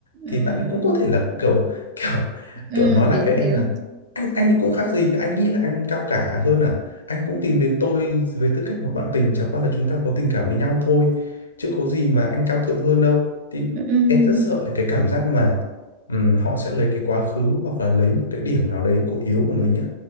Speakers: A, on the right; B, on the left.
A: ừ
B: thì bạn ấy cũng có thể là kiểu <laughs> kiểu
A: ừ
B: kiểu nói
A: hiểu
B: lại với
A: hiểu
B: em là anh anh ấy cũng khác gì anh nghĩ là anh cao cả hơn à anh cũng tìm đến tôi với tư cách một bạn tình chẳng qua là chúng ta có tình cảm với nhau thôi chứ có gì mà anh cao thượng hơn đâu thì
A: ừ
B: em rất sợ cái cảm giác mà ừm, họ sẽ lấy cái quá khứ hoặc là lấy một cái điểm nào đấy cổ yếu của mình á